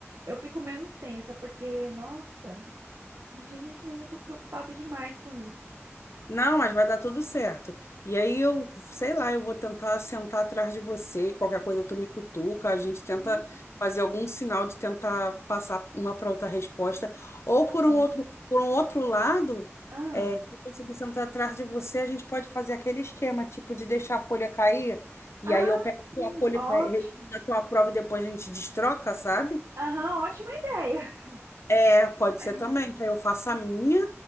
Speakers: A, on the right (about 80°); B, on the left (about 65°).
A: eu fico menos tensa, porque, nossa, gente, mas eu tô preocupada demais com isso.
B: Não, mas vai dar tudo certo. E aí eu, sei lá, eu vou tentar sentar atrás de você, qualquer coisa tu me cutuca, a gente tenta
A: Uhum,
B: fazer algum sinal de tentar passar uma para outra resposta, ou
A: tá
B: por
A: bom.
B: um outro, por um outro lado,
A: Ah,
B: é, se eu conseguir sentar atrás de você, a gente pode fazer aquele esquema, tipo de deixar a folha cair, e
A: ah,
B: aí eu pego a
A: sim,
B: tua folha,
A: ótimo.
B: e a tua prova e depois a gente destroca, sabe?
A: Aham, ótima ideia. <laughs>
B: É, pode
A: A
B: ser
A: gente,
B: também, que aí eu faço a minha